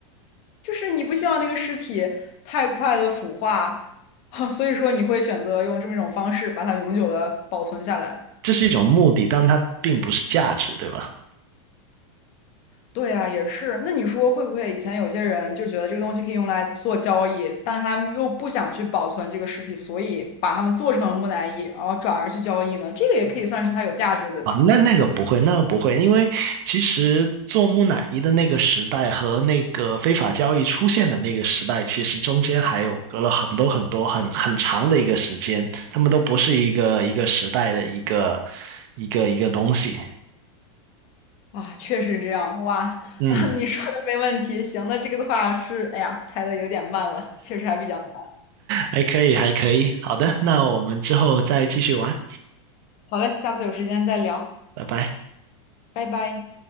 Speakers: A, on the left; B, on the right.
A: 就是你不希望那个尸体太快的腐化，<laughs> 所以说你会选择用这么一种方式把它永久的保存下来。
B: 这是一种目的，但它并不是价值，对吧？
A: 对啊，也是。那你说会不会以前有些人就觉得这个东西可以用来做交易，但是他们又不想去保存这个尸体，所以把它们做成了木乃伊，然后转而去交易呢？这个也可以算是它有价值的，对吧？
B: 啊，那那个不会，那个不会，因为其实做木乃伊的那个时代和那个非法交易出现的那个时代，其实中间还有隔了很多很多很很长的一个时间，他们都不是一个一个时代的一个一个一个东西。
A: 哇，确实这样。哇，
B: 嗯，
A: <laughs> 你说的没问题。行，那这个的话是，哎呀，猜的有点慢了，确实还比较难。
B: 还可以，还可以。好的，那我们之后再继续玩，
A: 好嘞，下次有时间再聊，
B: 拜拜。
A: 拜拜。